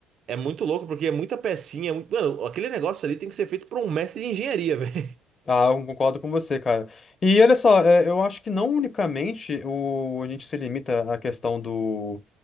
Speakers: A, on the right; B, on the left.
A: é muito louco porque é muita pecinha, é muito- mano, aquele negócio ali tem que ser feito por um mestre de engenharia, <laughs>
B: Ah, eu concordo com você, cara. E olha só, é, eu acho que não unicamente o, a gente se limita à questão do,